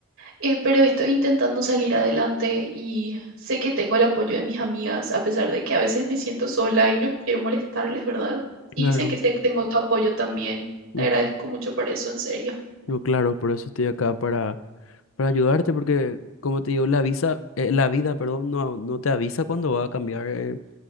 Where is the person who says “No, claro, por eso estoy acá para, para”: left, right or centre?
Left